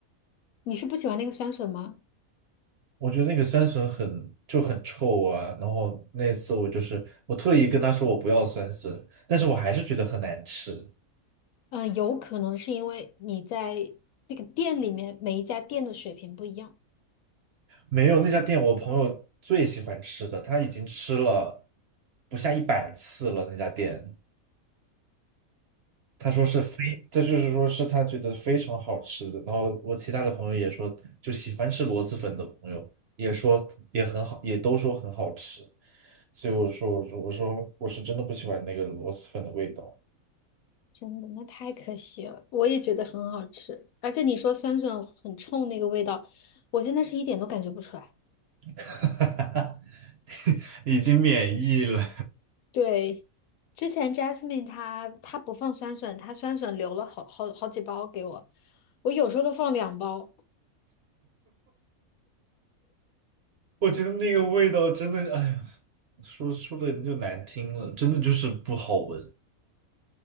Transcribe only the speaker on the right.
我觉得那个酸笋很就很臭啊。然后那次我就是我特意跟他说我不要酸笋，但是我还是觉得很难吃。
没有那家店，我朋友最喜欢吃的，他已经吃了不下一百次了。那家店，他说是非，这就是说是他觉得非常好吃的。然后我其他的朋友也说，就喜欢吃螺蛳粉的朋友也说也很好，也都说很好吃。所以我说，我说，我说我是真的不喜欢那个螺蛳粉的味道，
<laughs> 已经免疫了。
我觉得那个味道真的，哎呀，说说的就难听了，真的就是不好闻。